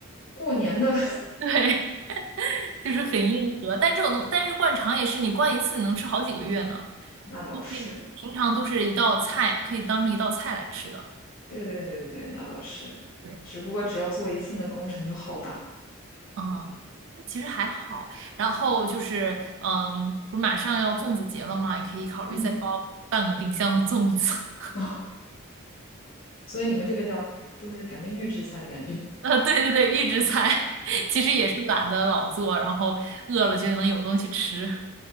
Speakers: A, on the left (about 70°); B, on the right (about 60°).
A: 过年的，<laughs>
B: <laughs> 对，就是很硬核，但这种东，但是灌肠也是你灌一次你能吃好几个月呢，
A: 那倒是，
B: 都可以，平常都是一道菜，可以当成一道菜来吃的。
A: 对对对对对，那倒是。
B: 对。
A: 只不过只要做一次，那工程就浩大。
B: 嗯，但其实还好。然后就是，嗯，不是马上要粽子节了嘛，也可以考虑再包半个冰箱的粽子。
A: 嗯，
B: <laughs>
A: <laughs> 所以你们这个叫都是感觉预制菜的感觉。<laughs>
B: 呃，对对对，预制菜 <laughs> 其实也是懒得老做，然后饿了就能有东西吃。